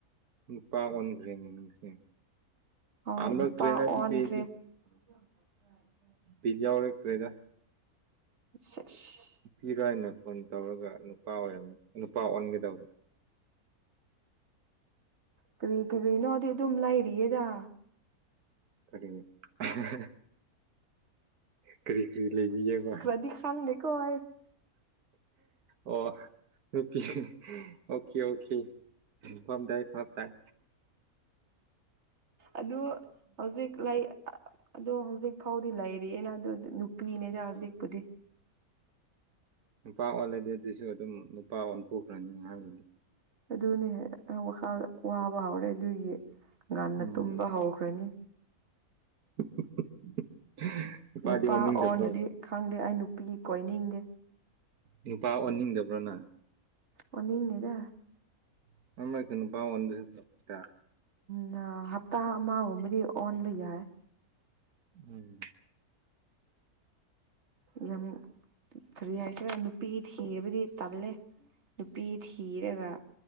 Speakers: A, on the right; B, on the right.
A: ꯅꯨꯄꯥ ꯑꯣꯟꯈ꯭ꯔꯦꯅꯦ ꯅꯪꯁꯦ
B: ꯍꯣꯏ
A: ꯄꯥꯝꯂꯛꯇ꯭ꯔꯦꯅ
B: ꯅꯨꯄꯥ
A: ꯑꯗꯨꯗꯤ
B: ꯑꯣꯟꯈ꯭ꯔꯦ
A: ꯑꯩꯗꯤ
B: <inaudible>
A: ꯕꯤꯠ ꯌꯥꯎꯔꯛ ꯇ꯭ꯔꯦꯗ
B: <inaudible>
A: ꯅꯨꯄꯤꯔꯥ ꯍꯥꯏꯅ ꯐꯣꯟ ꯇꯧꯔꯒ ꯅꯨꯄꯥ ꯑꯣꯏꯔꯝꯃꯤ ꯅꯨꯄꯥ ꯑꯣꯟꯒꯦꯗꯧꯔꯦ
B: ꯀꯔꯤ ꯀꯔꯤꯅꯣꯗꯤ ꯑꯗꯨꯝ ꯂꯩꯔꯤꯌꯦꯗ
A: ꯀꯔꯤ <unintelligible> ꯀ꯭ꯔꯤ ꯀ꯭ꯔꯤ ꯂꯩꯔꯤꯌꯦꯕ
B: <unintelligible> <unintelligible>
A: ꯑꯣ ꯅꯨꯄꯤ ꯑꯣꯀꯦ ꯑꯣꯀꯦ ꯐꯝꯗꯥꯏ ꯐꯝꯗꯥꯏ
B: ꯑꯗꯨ ꯍꯧꯖꯤꯛ ꯂꯩ ꯑꯗꫭ ꯍꯧꯖꯤꯛ ꯐꯥꯎꯗꯤ ꯂꯩꯔꯤꯌꯦꯅ ꯑꯗꯨ ꯅꯨ ꯄꯤꯅꯦꯗ ꯍꯧꯖꯤꯛꯄꯨꯗꯤ
A: ꯎꯝ ꯅꯨꯄꯥ ꯑꯣꯜꯂꯗꯤ ꯑꯗꯨꯁꯨ ꯑꯗꯨꯝ ꯅꯨꯄꯥ ꯑꯣꯟꯊꯣꯛꯈ꯭ꯔꯅꯤ ꯉꯍꯥꯛ ꯂꯩꯗꯤ
B: ꯑꯗꯨꯅꯦ ꯋꯥꯈ ꯋꯥꯕ ꯍꯧꯔꯦ ꯑꯗꯨꯒꯤ ꯉꯟꯅ
A: ꯎꯝ
B: ꯇꯨꯝꯕ ꯍꯧꯈ꯭ꯔꯅꯤ
A: <unintelligible> ꯅꯨꯄꯥꯗꯤ
B: ꯅꯨꯄꯥ
A: ꯑꫭꯟꯅꯤꯡꯗꯕ꯭ꯔꫭ
B: ꯑꯣꯟꯗꯗꯤ ꯈꯪꯗꯦ ꯑꯩ ꯅꯨꯄꯤꯒꯤ ꯀꯣꯏꯅꯤꯡꯗꯦ
A: ꯅꯨꯄꯥ ꯑꯣꯟꯅꯤꯡꯗꯕ꯭ꯔꯅ
B: ꯑꯣꯟꯅꯤꯡꯗꯦꯗ
A: <unintelligible>
B: ꯅ ꯍꯞꯇꯥ ꯑꯃꯒꯨꯝꯕꯗꯤ ꯑꯣꯟꯕ ꯌꯥꯏ
A: ꯎꯝ
B: ꯌꯥꯝ ꯀꯔꯤ ꯍꯥꯏꯁꯤꯔ ꯅꯨꯄꯤ ꯊꯤꯕꯗꯤ ꯇꯜꯂꯦ ꯅꯨꯄꯤ ꯊꯤꯔꯒ